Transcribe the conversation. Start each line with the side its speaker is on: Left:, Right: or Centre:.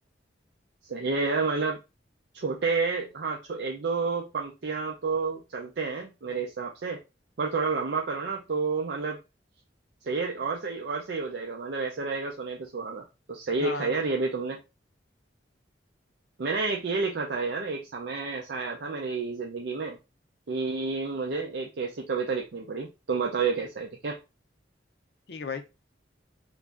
Right: सही है यार मतलब छोटे हाँ छो, एक दो पंक्तियां तो चलते हैं मेरे हिसाब से पर थोड़ा लंबा करो ना तो मतलब सही है और सही और सही हो जाएगा मतलब ऐसा रहेगा सोने पे सुहागा तो सही
Left: हाँ
Right: लिखा है यार ये भी तुमने मैंने एक ये लिखा था यार एक समय ऐसा आया था मेरी जिंदगी में कि मुझे एक ऐसी कविता लिखनी पड़ी तुम बताओ ये कैसा है ठीक है
Left: ठीक है भाई